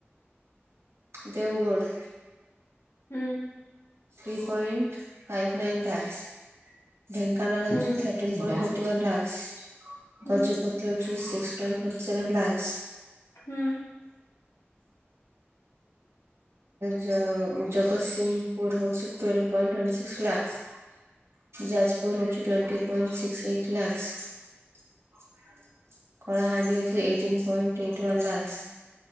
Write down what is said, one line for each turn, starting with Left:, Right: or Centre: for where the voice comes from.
Right: ଦେଓଗଡ଼
Left: ହୁଁ।
Right: Three point five nine lakh Dhenkanal ହଉଛି
Left: ହୁଁ ହୁଁ
Right: ଥାଟିଁନ୍ ପଏଂଟ ଥା ୱାନ ଲାଖ୍
Left: ହୁଁ
Right: ଗଜପତି ହଉଛି six point forty seven lakh.
Left: ହୁଁ।
Right: ଜ ଜଗତସିଂହପୁର ହଉଛି twelve point twenty six lakhs. Jajpur ହଉଛି twenty point six eight lakhs. Kalahandi ହଉଛି eighteen point twenty one lakhs.